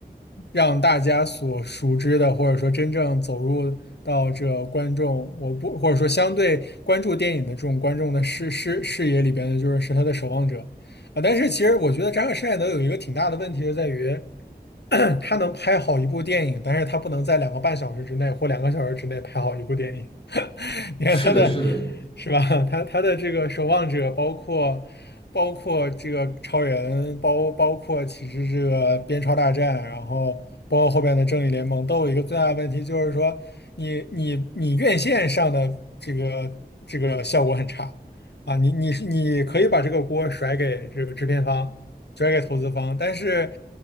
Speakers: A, on the left; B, on the left.
A: 让大家所熟知的，或者说真正走入到这观众，我不，或者说相对关注电影的这种观众的视视视野里边的，就是是他的守望者啊。但是其实我觉得扎克施耐德有一个挺大的问题，就在于 <clears throat> 他能拍好一部电影，但是他不能在两个半小时之内或两个小时之内拍好一部电影。你看他的，
B: 是的，是的，
A: 是吧？<laughs> 他他的这个守望者，包括包括这个超人，包包括其实这个边超大战，然后包括后边的正义联盟，都有一个最大的问题，就是说你你你院线上的这个这个效果很差啊，你你你可以把这个锅甩给这个制片方。转给投资方，但是